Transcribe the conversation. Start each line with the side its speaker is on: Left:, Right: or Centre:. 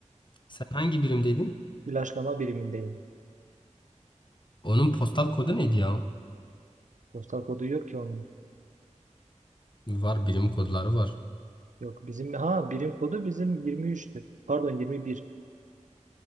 Left: Sen hangi birimdeydin?
Right: ilaçlama birimindeyim.
Left: Onun postal kodu neydi ya?
Right: Postal kodu yok ki onun.
Left: Var birim kodları var.
Right: Yok bizim ha birim kodu bizim 23'tür. Pardon 21.